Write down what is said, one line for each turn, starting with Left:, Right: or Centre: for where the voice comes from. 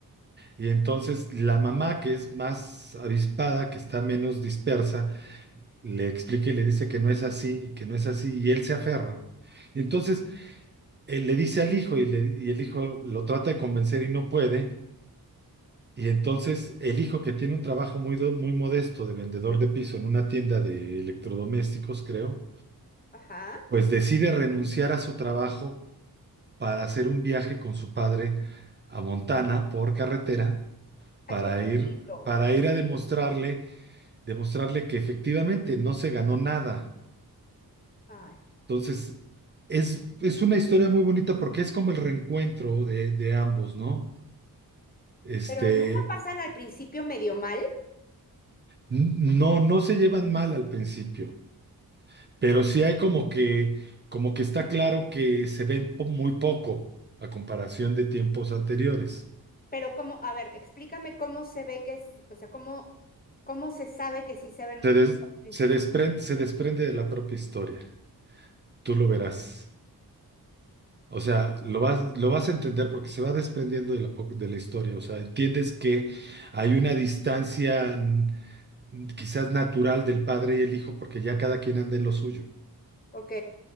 Right: Y entonces la mamá, que es más avispada, que está menos dispersa, le explica y le dice que no es así, que no es así, y él se aferra. Y entonces él le dice al hijo y, le- y el hijo lo trata de convencer y no puede. Y entonces el hijo que tiene un trabajo muy, do- muy modesto de vendedor de piso en una tienda de electrodomésticos, creo,
Left: Ajá.
Right: pues decide renunciar a su trabajo para hacer un viaje con su padre a Montana por carretera
Left: Ay,
Right: para
Left: qué bonito.
Right: ir para ir a demostrarle demostrarle que efectivamente no se ganó nada.
Left: Ay.
Right: Entonces, es, es una historia muy bonita porque es como el reencuentro de, de ambos, ¿no? Este,
Left: Pero no me pasan al principio medio mal,
Right: n- no, no se llevan mal al principio, pero sí hay como que, como que está claro que se ven po- muy poco a comparación de tiempos anteriores.
Left: pero cómo, a ver, explícame cómo se ve que, sí- o sea, cómo, cómo se sabe que sí se ven
Right: Se,
Left: muy
Right: des-
Left: al principio.
Right: se desprende, se desprende de la propia historia. Tú lo verás. O sea, lo vas, lo vas a entender porque se va desprendiendo de la, po- de la historia. O sea, entiendes que hay una distancia mm, quizás natural del padre y el hijo porque ya cada quien anda en lo suyo.
Left: Ok,